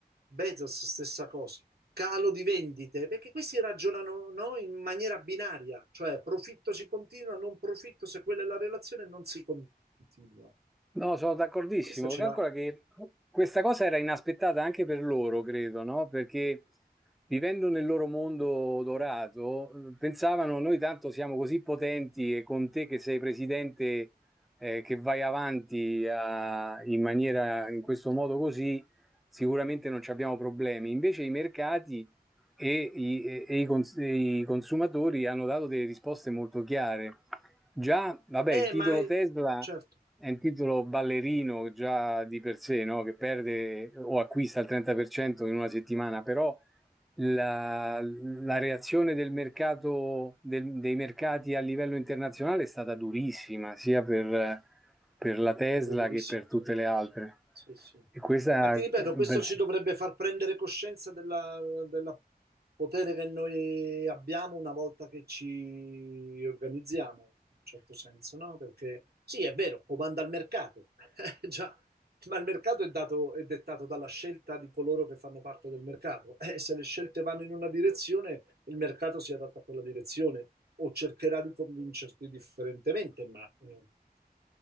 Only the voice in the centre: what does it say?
No, sono d'accordissimo.
Calcola
che questa cosa era inaspettata anche per loro, credo, no? Perché vivendo nel loro mondo dorato, eh, pensavano noi tanto siamo così potenti e con te che sei presidente, eh, che vai avanti a- in maniera, in questo modo così, sicuramente non ci abbiamo problemi. Invece i mercati e, i, e- e i cons- e i consumatori hanno dato delle risposte molto chiare. Già, vabbè,
il titolo
Tesla
è un titolo ballerino già di per sé, no? Che perde o acquista il 30% in una settimana, però la, la reazione del mercato, del- dei mercati a livello internazionale è stata durissima, sia per, per la Tesla
che per tutte
le altre.
E questa,
per-